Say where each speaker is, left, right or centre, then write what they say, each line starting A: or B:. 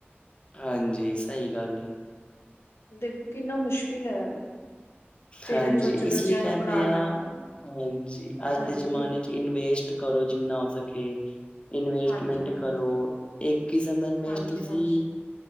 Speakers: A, on the left (about 25°); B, on the left (about 75°).
A: ਹਾਂਜੀ ਸਹੀ ਗੱਲ
B: ਦੇਖੋ ਕਿੰਨਾ ਮੁਸ਼ਕਿਲ ਹੈ ਪੇਰੈਂਟਸ
A: ਹਾਂਜੀ,
B: ਬੱਚੇ
A: ਇਸ
B: ਬੱਚਿਆਂ
A: ਲਈ ਕਹਿੰਦੇ
B: ਨੂੰ ਪੜ੍ਹਾਣਾ
A: ਆ ਹਾਂਜੀ ਅੱਜ
B: ਹਾਂਜੀ,
A: ਦੇ ਜਮਾਨੇ ਚ। ਇਨਵੇਸਟ ਕਰੋ ਜਿੰਨਾ ਹੋ ਸਕੇ ਇਨਵੈਸਟਮੈਂਟ
B: ਹਾਂਜੀ, ਹਾਂਜੀ।
A: ਕਰੋ ਇੱਕ ਕਿਸਮ ਦਾ ਇਨਵੈਸਟ
B: ਹਾਂਜੀ
A: ਤੁਸੀਂ
B: ਹਾਂਜੀ